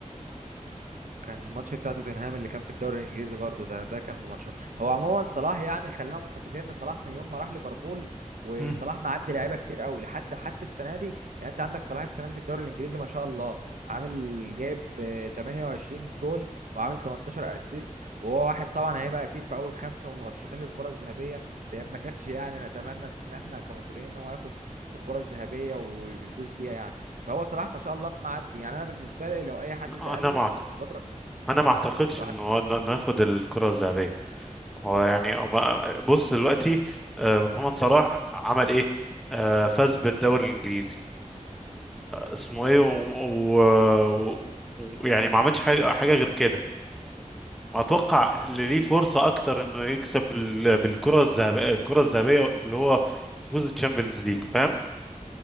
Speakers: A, on the right (about 85°); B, in the centre.
A: كان الماتش بتاع توتنهام اللي كان في الدوري الانجليزي برضو ده ده كان من ماتشات هو عموما صلاح يعني خلينا متفقين ان صلاح من يوم ما راح ليفربول وصلاح
B: مم.
A: معدي لعيبه كتير قوي لحد حتى السنه دي يعني انت عندك صلاح السنه دي في الدوري الانجليزي ما شاء الله عامل جايب آه، 28 جول وعامل 18 اسيست وهو واحد طبعا هيبقى اكيد في اول خمسه ومرشحين للكره الذهبيه لان ما كانش يعني نتمنى ان احنا كمصريين ان هو ياخد الكره الذهبيه ويفوز بيها يعني فهو صلاح ما شاء الله معدي يعني انا بالنسبه لي لو اي حد سالني
B: انا ما أعت-
A: الفترة
B: انا ما اعتقدش
A: الواحد-
B: انه هو- انه إنه ياخد الكره الذهبيه هو يعني أما- بص دلوقتي آه، محمد صلاح عمل ايه آه، فاز بالدوري الانجليزي اسمه ايه ويعني و... و... و- ويعني ما عملش حاجه حاجه غير كده اتوقع اللي ليه فرصه اكتر انه يكسب بال- بالكره الذهبيه الكره الذهبيه اللي هو يفوز الشامبيونز ليج فاهم